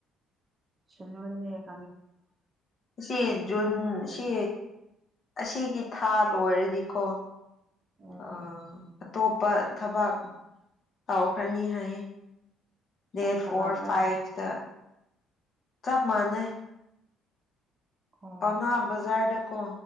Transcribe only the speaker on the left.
ꯁꯤ ꯖꯨꯟ
ꯁꯤ ꯑꯁꯤꯒꯤ ꯊꯥ ꯂꯣꯏꯔꯗꯤꯀꯣ
ꯑꯥ ꯑꯇꯣꯞꯄ ꯊꯕꯛ ꯇꯧꯈ꯭ꯔꯅꯤ ꯍꯥꯏ ꯗꯦꯠ
ꯐꯣꯔ ꯐꯥꯏꯚ ꯆꯞ ꯃꯥꯅꯦ
ꯑꯅꯥ ꯖꯔꯗ ꯀꯣ